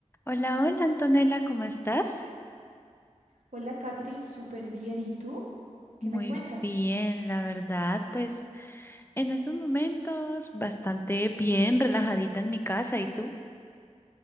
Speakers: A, on the left; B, on the right.
A: Hola, hola Antonella, ¿cómo estás?
B: Hola, Katherine, súper bien. ¿Y tú? ¿Qué
A: Muy
B: me cuentas?
A: bien, la verdad, pues en esos momentos bastante bien, relajadita en mi casa, ¿y tú?